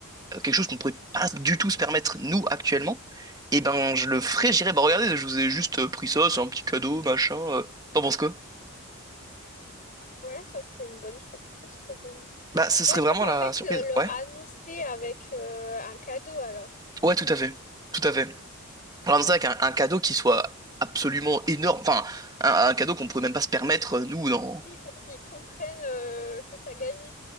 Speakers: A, on the right (about 15°); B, on the left (about 35°).
A: euh, quelque chose qu'on ne pourrait pas du tout se permettre, nous, actuellement, et ben je le ferais, j'irais, bah regardez, je vous ai juste euh, pris ça, c'est un petit cadeau, machin. euh. T'en penses quoi?
B: Ouais, ça serait une bonne surprise pour eux.
A: Bah ce serait
B: Ouais,
A: vraiment
B: donc en
A: la
B: fait,
A: surprise.
B: euh, leur
A: Ouais.
B: annoncer avec euh, un cadeau alors.
A: Ouais, tout à fait. Tout à fait. Alors dans ça, avec un, un cadeau qui soit absolument énorme, enfin, un, un cadeau qu'on pourrait même pas se permettre, euh, nous, dans.
B: Oui, pour qu'ils comprennent euh, que t'as gagné.